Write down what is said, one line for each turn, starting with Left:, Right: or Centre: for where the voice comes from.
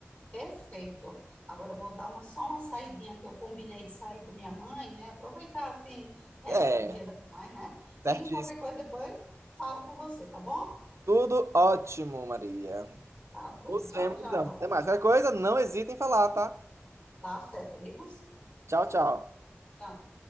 Left: Perfeito. Agora eu vou dar uma, só uma saidinha que eu combinei de sair com minha mãe, né? Aproveitar assim o
Right: É,
Left: resto do dia das mães, né?
Right: certíssimo.
Left: E qualquer coisa depois falo com você, tá bom?
Right: Tudo ótimo, Maria.
Left: Tá bom.
Right: Nos
Left: Tchau,
Right: vemos,
Left: tchau.
Right: então. Até mais. Qualquer coisa, não hesitem em falar, tá?
Left: Tá certo, ligo sim.
Right: Tchau, tchau.
Left: Tchau.